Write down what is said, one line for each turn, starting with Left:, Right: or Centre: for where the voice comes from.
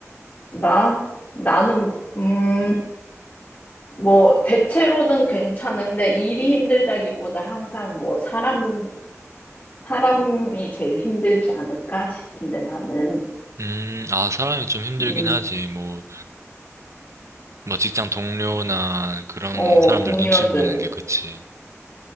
Left: 나? 나는, 음, 뭐, 대체로는 괜찮은데, 일이 힘들다기보다 항상 뭐, 사람, 사람이 제일 힘들지 않을까 싶은데, 나는,
Right: 음, 아, 사람이 좀 힘들긴
Left: 음,
Right: 하지. 뭐, 뭐 직장 동료나 그런
Left: 어,
Right: 사람들
Left: 동료들.
Right: 눈치 보는 게 그치.